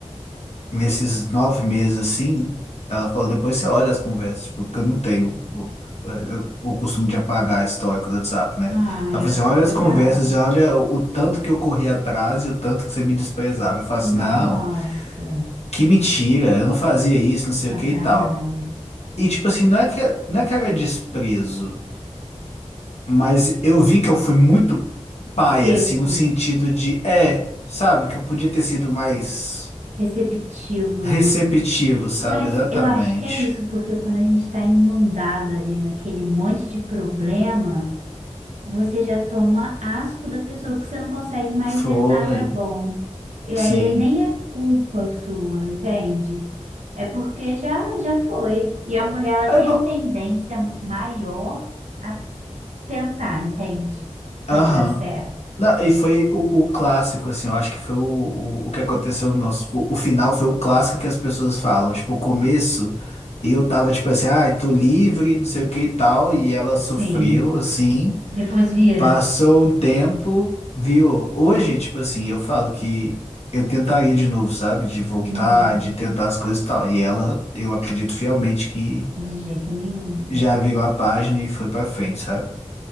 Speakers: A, on the left (about 60°); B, on the right (about 75°).
A: Nesses nove meses assim, ela falou, depois você olha as conversas, tipo, porque eu não tenho o, o, o costume de apagar histórico do WhatsApp, né?
B: Ah,
A: Ela falou
B: eu,
A: assim, olha
B: legal.
A: as conversas e olha o, o tanto que eu corri atrás e o tanto que você me desprezava. Eu falo assim,
B: Nossa,
A: não, que mentira, eu não fazia isso, não sei
B: sacanagem.
A: o que e tal. E tipo assim, não é que, não é que era desprezo, mas eu vi que eu fui muito pai,
B: Seco,
A: assim, no sentido de, é, sabe, que eu podia ter sido mais
B: receptivo,
A: receptivo,
B: né?
A: sabe?
B: Mas
A: Exatamente.
B: eu acho que é isso, porque quando a gente está inundado ali naquele monte de problema. você já toma asco da pessoa, porque você não consegue mais
A: Foi,
B: ver nada bom. E aí
A: sim.
B: é- nem é culpa sua, entende? É porque já, já foi. E a mulher, ela
A: É,
B: tem
A: não,
B: a tendência maior a tentar, entende? Fazer
A: aham.
B: dar certo.
A: Não, e foi o, o clássico, assim, eu acho que foi o, o, o que aconteceu no nosso. O, o final foi o clássico que as pessoas falam. Tipo, o começo, eu tava tipo assim, ai, tô livre, não sei o que e tal, e ela sofreu,
B: Sim.
A: assim.
B: Depois vira.
A: Passou um tempo, virou. Hoje, tipo assim, eu falo que eu tentaria de novo, sabe? De voltar,
B: Uhum.
A: de tentar as coisas e tal. E ela, eu acredito fielmente que
B: De jeito nenhum, né?
A: já virou a página e foi pra frente, sabe?